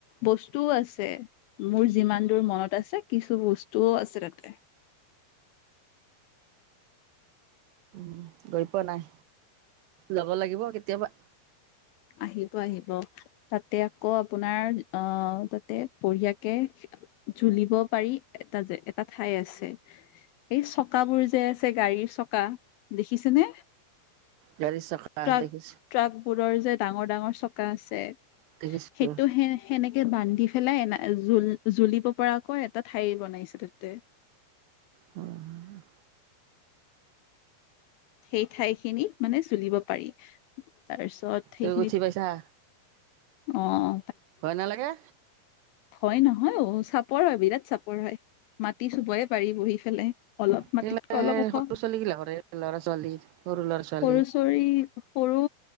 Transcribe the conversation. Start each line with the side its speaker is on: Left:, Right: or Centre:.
Left: বস্তু আছে মোৰ যিমান দূৰ মনত আছে কিছু বস্তুওঁ আছে তাতে
Right: উম গৈ পোৱা নাই যাব লাগিব কেতিয়াবা
Left: আহিব আহিব তাতে আকৌ আপোনাৰ আঁহ তাতে বঢ়িয়াকে জুলিব পাৰি এটা যে এটা ঠাই আছে সেই চকাবোৰ যে আছে গাড়ীৰ চকা দেখিছেনে
Right: গাঢ়ি চকা
Left: ট্ৰাক
Right: আছে যে
Left: ট্ৰাক বোৰৰ যে ডাঙৰ ডাঙৰ চকা আছে
Right: দেখিছো
Left: সেইটো সে সেনেকৈ বান্ধি পেলাই এ জ জ্বুলিব পৰাকৈ এটা ঠাইৰ বনাইছিল ততে
Right: উম
Left: সেই ঠাই খিনি মানে জুলিব পাৰি তাৰপিছত সেইখিনিত
Right: তুমি উঠি পাইছা
Left: অঁ
Right: ভয় নালাগে
Left: ভয় নহয় নহয় চাপৰ হয় বিৰাট চাপৰ হয় মাটি চুবইে পাৰি বহি খালে অলপ মাটিতকৈ
Right: সেই
Left: অলপ ওখ
Right: সৰু ছোৱালী গিলা কৰে ল'ৰা ছোৱালী সৰু ল'ৰা ছোৱালী
Left: সৰু চৰি সৰু